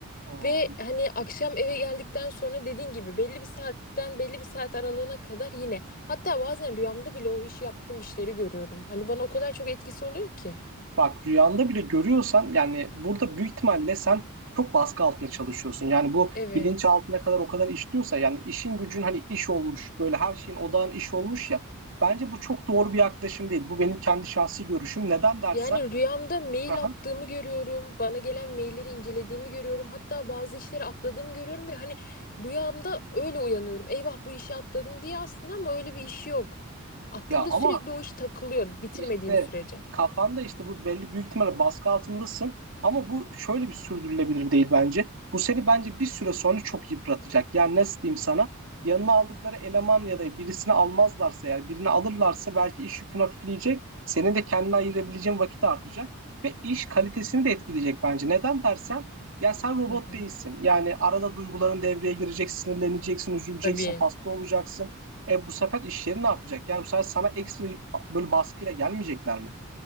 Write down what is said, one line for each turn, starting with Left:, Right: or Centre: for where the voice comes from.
Right: Hı.
Left: Ve hani akşam eve geldikten sonra dediğin gibi belli bir saatten belli bir saat aralığına kadar yine. Hatta bazen rüyamda bile o işi yaptığım işleri görüyorum. Hani bana o kadar çok etkisi oluyor ki.
Right: Bak rüyanda bile görüyorsan yani burada büyük ihtimalle sen çok baskı altında çalışıyorsun. Yani bu
Left: Evet.
Right: bilinç altına kadar o kadar işliyorsa yani işin gücün hani iş olmuş böyle her şeyin odağın iş olmuş ya. Bence bu çok doğru bir yaklaşım değil. Bu benim kendi şahsi görüşüm. Neden dersen?
Left: Yani rüyamda mail
Right: Aha.
Left: attığımı görüyorum. Bana gelen mailleri incelediğimi görüyorum. Hatta bazı işleri atladığımı görüyorum ve hani rüyamda öyle uyanıyorum. Eyvah bu işi atladım diye aslında ama öyle bir iş yok. Aklımda
Right: Ya ama
Left: sürekli o iş takılıyor bitirmediğim
Right: İşte
Left: sürece.
Right: kafanda işte bu belli büyük ihtimalle baskı altındasın ama bu şöyle bir sürdürülebilir değil bence. Bu seni bence bir süre sonra çok yıpratacak. Yani nasıl diyeyim sana? Yanına aldıkları eleman ya da birisini almazlarsa eğer birini alırlarsa belki iş yükün hafifleyecek. Senin de kendine ayırabileceğin vakit artacak ve iş kalitesini de etkileyecek bence. Neden dersen ya sen robot
Left: Hı hı.
Right: değilsin. Yani arada duyguların devreye girecek, sinirleneceksin, üzüleceksin,
Left: Tabii.
Right: hasta olacaksın. E bu sefer iş yeri ne yapacak? Yani bu sefer sana ekstra böyle baskıyla gelmeyecekler mi?